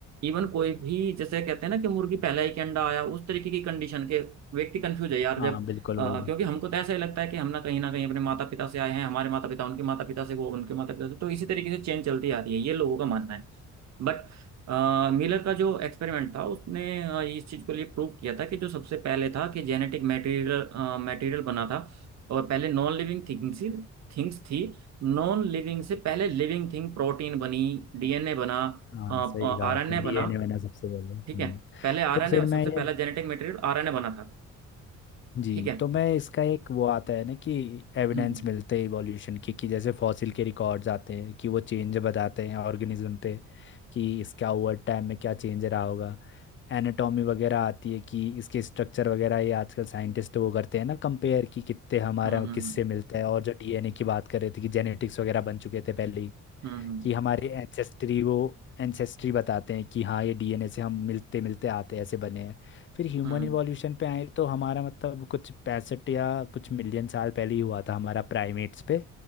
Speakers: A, on the right (about 60°); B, on the left (about 40°).
A: इवन कोई भी जैसे कहते हैं ना कि मुर्गी पहला ही के अंडा आया उस तरीके की कंडीशन के व्यक्ति कंफ्यूज है यार
B: हाँ
A: जब
B: बिल्कुल
A: अ,
B: वही
A: क्योंकि हमको तो ऐसा ही लगता है कि हम ना कहीं ना कहीं अपने माता पिता से आए हैं हमारे माता पिता उनके माता पिता से वो उनके माता पिता से तो इसी तरीके से चेन चलती आ रही है ये लोगों का मानना है बट मिलर का जो एक्सपेरिमेंट था उसने अ, इस चीज को लिए प्रूव किया था कि जो सबसे पहले था कि जेनेटिक मटेरियल मटेरियल बना था और पहले नॉन लिविंग थिंग्स ही थिंग्स थी नॉन लिविंग से पहले लिविंग थिंग प्रोटीन बनी डीएनए बना
B: हाँ
A: आरएनए
B: सही कहा आपने
A: बना
B: डीएनए बना सबसे पहले हम्म
A: ठीक है पहले आरएनए
B: तो फिर
A: सबसे
B: मैं ये
A: पहला जेनेटिक मटेरियल आरएनए बना था
B: जी
A: ठीक है
B: तो मैं इसका एक वो आता है ना कि एविडेंस
A: हम्म
B: मिलते हैं इवोल्यूशन की कि जैसे फॉसिल के रिकॉर्ड्स आते हैं कि वो चेंज बताते हैं ऑर्गेनिज्म पे कि इसका ओवर टाइम में क्या चेंज रहा होगा एनाटॉमी वगैरह आती है कि इसके स्ट्रक्चर वगैरह ये आजकल साइंटिस्ट वो करते हैं ना कंपेयर कि कितने हमारा
A: हम्म हम्म
B: किससे मिलता है और जो डीएनए की बात कर रहे थे कि जेनेटिक्स वगैरह बन चुके थे पहले ही
A: हम्म
B: कि हमारे एंसेस्ट्री वो एंसेस्ट्री बताते हैं कि हाँ ये डीएनए से हम मिलते मिलते आते ऐसे बने हैं फिर ह्यूमन
A: हम्म
B: इवोल्यूशन पे आए तो हमारा मतलब कुछ पैंसठ या कुछ मिलियन साल पहले ही हुआ था हमारा प्राइमेट्स पे